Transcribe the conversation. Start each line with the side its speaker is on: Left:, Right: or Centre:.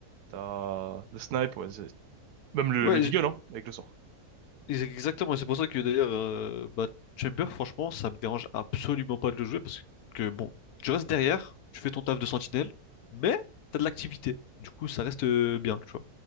Right: t'as le Snipe, ouais, c'est- même le,
Left: Ouais,
Right: le Deagle,
Left: j-
Right: hein, avec le sort.
Left: ex- exactement. Et c'est pour ça que d'ailleurs, euh, bah, Chamber, franchement, ça me dérange absolument pas de le jouer parce que bon, tu restes derrière, tu fais ton taf de sentinelle, mais t'as de l'activité. Du coup, ça reste euh, bien, tu vois.